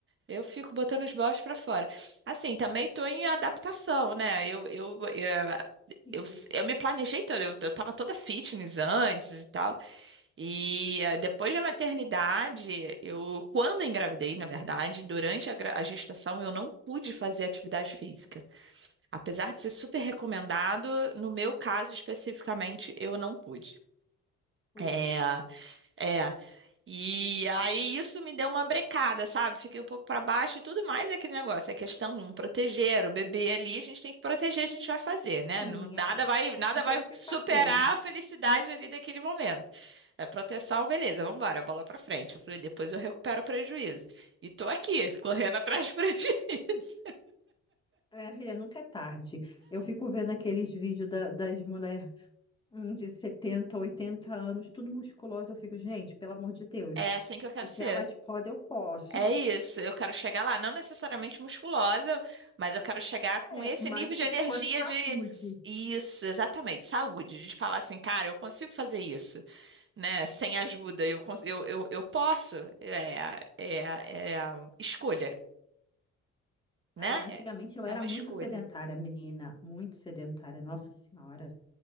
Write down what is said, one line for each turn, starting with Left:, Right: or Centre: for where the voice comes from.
Right: Eu fico botando os bofs para fora. Assim, também tô em adaptação, né? Eu, eu, eu-
Left: Sim,
Right: Eu, s- eu me planejei toda, eu, eu tava toda fitness antes e tal. E eh, depois da maternidade, eu, quando engravidei, na verdade, durante a, gra- a gestação, eu não pude fazer atividade física. Apesar de ser super recomendado, no meu caso especificamente, eu não pude.
Left: putz.
Right: É, é, e aí isso me deu uma brecada, sabe? Fiquei um pouco para baixo e tudo mais é aquele negócio. É questão um, proteger o bebê ali, a gente tem que proteger, a gente vai fazer, né?
Left: Sim,
Right: Não- Nada
Left: ah,
Right: vai, nada
Left: não tenho
Right: vai
Left: o que
Right: superar
Left: fazer.
Right: a felicidade ali daquele momento. É proteção, beleza, vamos embora, bola para frente. Eu falei, depois eu recupero o prejuízo. E tô aqui, correndo atrás do <laughs> prejuízo.
Left: É, filha, nunca é tarde. Eu fico vendo aqueles vídeos da- das mulheres de 70, 80 anos, tudo musculosa. Eu fico, gente, pelo amor de Deus,
Right: É assim que eu quero
Left: se
Right: ser.
Left: elas podem, eu posso.
Right: É
Left: <laughs>
Right: isso, eu quero chegar lá, não necessariamente musculosa, mas eu quero chegar com
Left: É,
Right: esse
Left: mas
Right: nível
Left: com,
Right: de energia
Left: com a saúde.
Right: de isso, exatamente, saúde, de falar assim, cara, eu consigo fazer isso, né? Sem ajuda, eu cons- eu, eu, eu posso, é, é, é a escolha, né?
Left: Ai, antigamente
Right: É
Left: eu
Right: é
Left: era
Right: uma
Left: muito
Right: escolha.
Left: sedentária, menina, muito sedentária, Nossa Senhora.